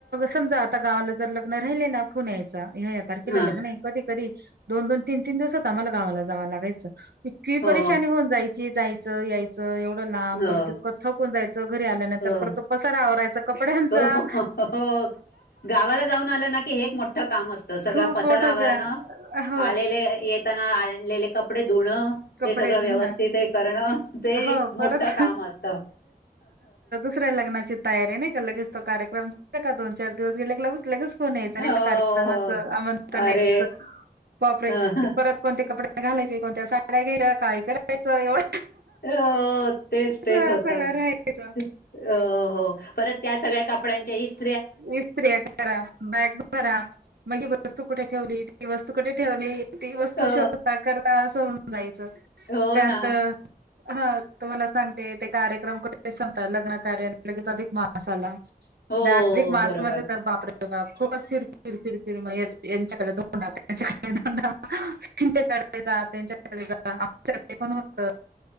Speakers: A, on the right; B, on the left.
A: समजा आता गावाला जर लग्न राहिले ना फुन यायच ह्या या तारखेला
B: हां
A: लग्न आहे. कधी कधी दोन दोन तीन तीन दिवसात आम्हाला गावाला जावं लागयचं. कि
B: हो
A: परशानी होऊन जायची जायचं यायचं. एवढं ना
B: हो
A: परत ततकं थकून जायचं घरी आल्यानंतर
B: हो
A: परत पसारा आवरायचा. कपड्यांचा
B: हो हो गावाला जाऊन आलं ना की हे एक मोठं काम असत. तर सगळ
A: खूप
B: पसारावरणं
A: मोठं का हो
B: आलेले येताना आलेले कपडे धुणं
A: कपडे
B: ते सगळं
A: धुणं
B: व्यवस्थित हे करणं ते
A: हो
B: एक मोठं
A: परत
B: काम असत.
A: ुऱ्या लग्नाची तयारी नाही का लगे तो कार्यक्रम झा का दोन चार दिवस गेले लगच लगे फोन यायच
B: हो
A: नाही तर कार्यक्रमाच
B: हो
A: आमंत्रण
B: अरे
A: यायचं वापरे
B: ह
A: ते परत कोणते्या कपड्या घालायचे कोणत्या साड्या घ्यायच्या काही करायचं एवढं.
B: ह. अ तेच तेच
A: अ,
B: होत
A: सगळं
B: अ
A: राहायचं
B: हो परत त्या सगळ्या काप कपड्यांचे
A: इस्त्रिया करा बॅग भरा मग वस्तू कुठे ठेवली. ती वस्तूकडे ठेवली ती वस्तू
B: हो
A: शेवता करता असं होन जायचं.
B: हो
A: त्यात
B: ना
A: हा तुम्हाला सांगते. कार्यक्रम कुठे संपता लग्न कार्याने लगेत अधिक मास आला.
B: हो
A: आणि अधिक मासमध्ये
B: बरोबर
A: तर बापर बा खूपच फिर फिर फिर फिर मग यांच्याकडे दोंडा त्यांच्याकडे दोंडा त्यांच्याकडे जा त्यांच्याकडे जा आमच्याकडे कोण होत.